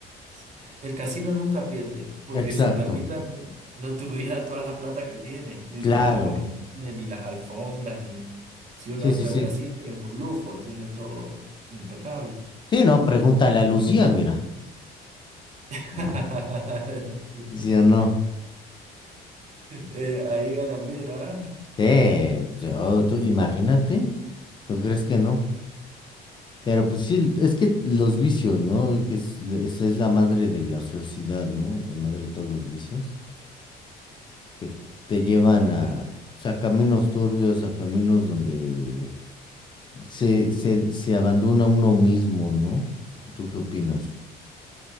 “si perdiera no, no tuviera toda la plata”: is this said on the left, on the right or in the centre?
Right